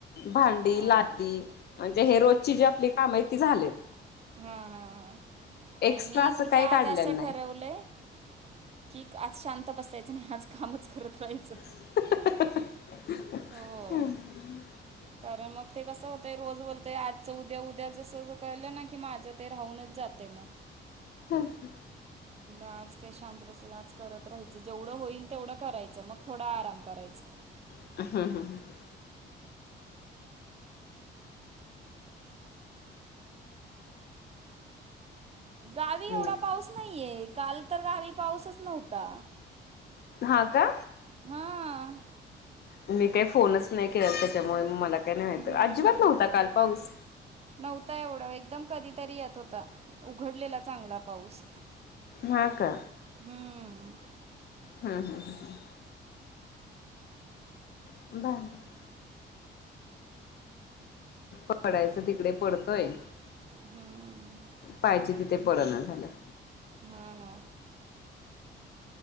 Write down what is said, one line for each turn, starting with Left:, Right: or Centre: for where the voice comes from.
Left: भांडी
Right: हां
Left: लादी. म्हणजे हे रोजची जजी आपली काम आहे ती झालेत.
Right: हा हा हा नाही
Left: एक्स्ट्रा
Right: मी
Left: असं
Right: उलट
Left: काही
Right: आज
Left: काढलेलं
Right: असं
Left: नाही.
Right: ठरवलंय. की आज शांत बसायचं नाही, आज काम करत राहायचं.
Left: हम <inaudible>
Right: हो कारण मग ते कसं होतय. होतय रोज होतय, आजच उद्या उद्या जसं ज कळलं ना की माझं ते राहूनच जातय मग.
Left: <inaudible>
Right: आज काही शांत बसेल, आज करत राहायचं जेवढं होईल तेवढं करायचं मग थोडं आराम करायचं.
Left: <unintelligible>
Right: गाल.
Left: ह् <unintelligible>
Right: पाऊस नाहीये, काल तर गावी पाऊसच नव्हता.
Left: हा का?
Right: हा.
Left: मी काही फोनच नाही केलाला, त्याच्यामुळे मला काही नाही माहित,
Right: हम्म
Left: अजिबात नव्हता काल पाऊस.
Right: नव्हता एवढा एकदम कधीतरी येत होता उघडलेला चांगला पाऊस.
Left: हा का
Right: हम्म
Left: हम्म हम्म हम. <unintelligible> पडायचं तिकडे पडतोय.
Right: हम्म.
Left: पाहिजे तिथे पडना झालाय.
Right: हा ना.